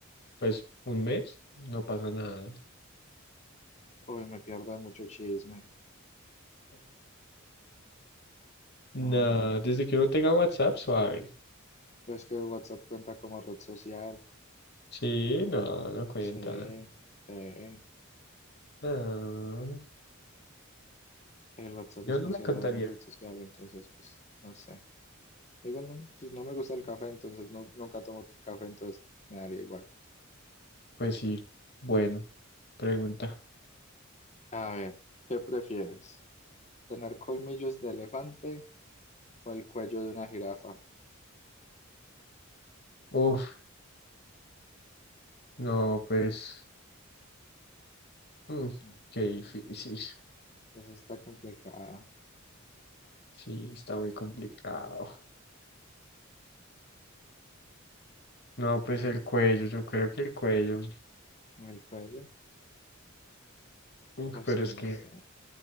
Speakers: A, on the left; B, on the left.
A: pues un mes, no pasa nada.
B: Uy, me pierdo de mucho chisme. No,
A: Nada,
B: no.
A: desde que uno tenga WhatsApp, suave.
B: Pues que WhatsApp cuenta como red social.
A: Sí, no, no cuentan.
B: Sí, sí.
A: No,
B: El WhatsApp
A: yo
B: es
A: no
B: considerado
A: la contaría.
B: una red social, entonces, pues, no sé. Igual no, pues no me gusta el café, entonces no, nunca tomo t- café, entonces me daría igual.
A: Pues sí, bueno, pregunta.
B: A ver, ¿qué prefieres? ¿Tener colmillos de elefante o el cuello de una jirafa?
A: Uf, no, pues, mm,
B: Mm,
A: qué difícil.
B: Pues está complicada.
A: Sí, está muy complicado. No, pues el cuello, yo creo que el cuello.
B: ¿El cuello?
A: Uf,
B: Pues
A: pero
B: que
A: es
B: no
A: que
B: sé.